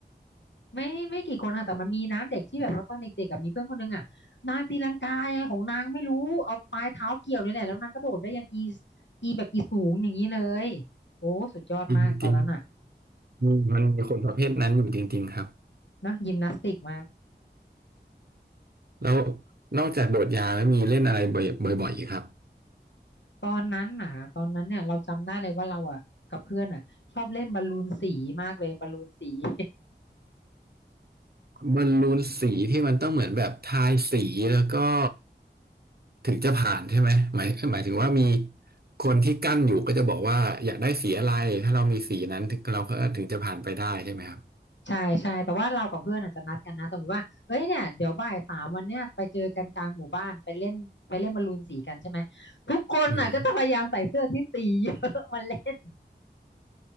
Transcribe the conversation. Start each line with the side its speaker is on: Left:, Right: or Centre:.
Left: <laughs> ไม่ไม่กี่คนอ่ะแต่มันมีนะเด็กที่แบบว่าตอนเด็กๆอ่ะมีเพื่อนคนหนึงอ่ะนางตีลังกาไงของนางไม่รู้เอาปลายเท้าเกี่ยวเนี่ยแหละแล้วนางก็โดดได้ยันอีอีแบบอีสูงอย่างนี้เลยโอ้สุดยอดมากตอนนั้นอ่ะ
Right: อืมจริงๆอืมมันมีคนประเภทนั้นอยู่จริงๆครับ
Left: นะยิมนาสติกมาก
Right: แล้วนอกจากโดดยาวแล้วมีเล่นอะไรบ่อยๆอีกครับ
Left: ตอนนั้นน่ะตอนนั้นเนี่ยเราจำได้เลยว่าเราอ่ะกับเพื่อนอ่ะชอบเล่นบอลลูนสีมากเลยบอลลูนสี <laughs>
Right: บอลลูนสีที่มันต้องเหมือนแบบทายสีแล้วก็ถึงจะผ่านใช่ไหมหมายหมายถึงว่ามีคนที่กั้นอยู่ก็จะบอกว่าอยากได้สีอะไรถ้าเรามีสีนั้นถึงเราก็ถึงจะผ่านไปได้ใช่ไหมครับ
Left: ใช่ใช่แต่ว่าเรากับเพื่อนอาจจะนัดกันนะสมมติว่าเอ้ยเนี่ยเดี๋ยวบ่ายสามวันเนี้ยไปเจอกันกลางหมู่บ้านไปเล่นไปเล่นบอลลูนสีกันใช่ไหมทุกคนน่ะก็จะพยายามใส่เสื้อที่สีเยอะ
Right: อืม
Left: <laughs> มาเล่น